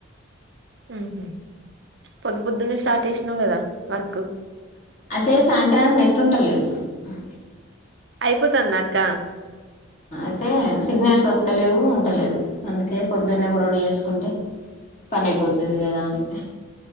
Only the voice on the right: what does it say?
హ్మ్ హు పొద్దు పొద్దున్నే సార్ట్ చేసినావు కదా వర్క్
అయిపోతుంది అక్క